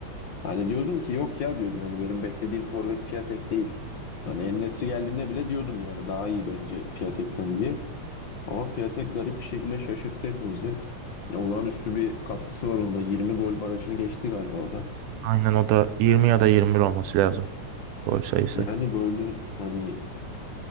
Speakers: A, on the left (about 55°); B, on the right (about 85°).
A: Hani diyordum ki yok ya diyordum hani benim beklediğim forvet Piatek değil. Hani En-Nesyri geldiğinde bile diyordum yani daha iyi bence Piatek'ten diye. Ama Piatek garip bir şekilde şaşırttı hepimizi. Ya olağanüstü bir katkısı var onda. 20 gol barajını geçti galiba o da.
B: Aynen o da 20 ya da 21 olması lazım gol sayısı.
A: Yani böyle hani